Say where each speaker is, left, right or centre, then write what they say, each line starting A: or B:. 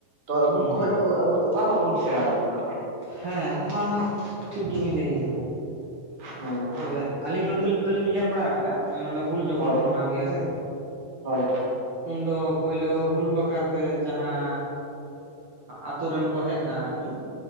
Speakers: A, on the right; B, on the right.
A: ᱛᱚ ᱟᱵᱚ
B: ᱦᱩᱸ
A: ᱠᱷᱚᱡ ᱫᱚ ᱟᱵᱚ ᱫᱚ ᱚᱠᱟ ᱠᱷᱚᱡ ᱵᱚᱱ ᱥᱮᱲᱟᱭᱟ ᱚᱱᱟ ᱫᱚ᱾
B: ᱦᱮᱸ ᱚᱱᱟ ᱢᱟ ᱴᱷᱤᱠ ᱜᱮᱵᱤᱱ ᱞᱟᱹᱭ ᱟᱠᱟᱫᱟ᱾
A: ᱦᱩᱸ
B: ᱛᱚᱵᱮ ᱟᱹᱞᱤᱧ ᱱᱚᱛᱮ ᱫᱚᱞᱤᱧ ᱧᱮᱞ ᱵᱟᱲᱟ ᱟᱠᱟᱫᱟ ᱟᱞᱮ ᱱᱚᱸᱰᱮ ᱦᱩᱞ ᱡᱚᱠᱷᱚᱱ
A: ᱦᱳᱭ
B: ᱠᱚ ᱢᱟᱱᱟᱣ ᱜᱮᱭᱟ ᱥᱮ
A: ᱦᱳᱭ
B: ᱩᱱᱫᱚ ᱯᱳᱭᱞᱳ ᱦᱩᱞ ᱵᱟᱠᱷᱟᱨᱟᱛᱮ ᱡᱟᱦᱟᱸ ᱟᱛᱳ ᱨᱮᱱ ᱠᱚ ᱦᱮᱡᱱᱟ ᱟᱨᱠᱤ᱾